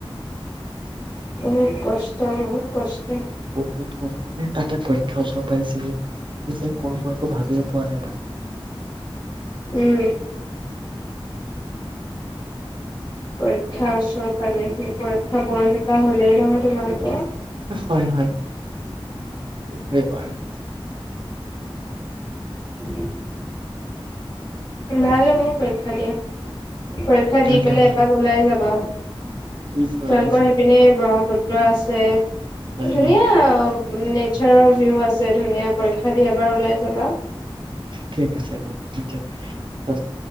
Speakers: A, on the left; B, on the right.
A: বহুত কষ্ট বহুত কষ্ট
B: বহুত ককে তাতে পৰীক্ষা ওচৰৰত পাৰিছেহি কি যে কৰোঁ মই একো ভাবিয়ে পোৱা নাই তাই
A: উম। পৰীক্ষাৰ ওচৰ পালেহি পৰীক্ষা পৰশিপা হলেই নহয় তোমালোকৰ
B: হয় হয়বাৰ <inaudible>
A: <inaudible> ভাল হ বহ পৰীক্ষা দিয়া পৰীক্ষা
B: ধন্যবাদ
A: দি পেলাই এপাক ওলাই যাবা
B: নিশ্চয়,
A: তেওঁলোকৰ
B: নিশ্চয়,
A: সেইপিনে ব্ৰহ্মপুত্ৰ ্ৰ আছে
B: হয়,
A: ধুনীয়া
B: হয়,
A: উ নেচাৰৰ ভিউ আছে ধুনীয়া পৰীক্ষা দি এবাৰ ওলাই যাবা
B: ঠিক আছে ব ব য আ